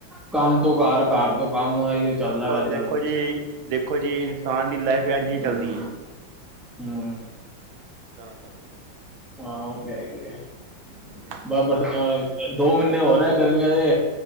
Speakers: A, in the centre; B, on the right.
A: ਕੰਮ ਤੋਂ ਘਰ, ਘਰ ਤੋਂ ਕੰਮ ਇਹੀਓ ਚੱਲਦਾ
B: ਬਸ ਬਸ
A: ਵਾ ਅੱਜ
B: ਦੇਖੋ
A: ਕੱਲ ਤੇ
B: ਜੀ, ਦੇਖੋ ਜੀ ਇਨਸਾਨ ਦੀ ਲਾਈਫ ਇੰਝ ਈ
A: ਹੂੰ
B: ਚੱਲਦੀ ਐ।
A: ਹੂੰ
B: ਤਾਂ <unintelligible>
A: ਹਾਂ, ਓ ਤੇ ਹੈਈ ਐ।
B: <inaudible>
A: ਬਸ ਬਸ ਅ ਦੋ ਮਹੀਨੇ ਹੋਰ ਐ ਗਰਮੀਆਂ ਦੇ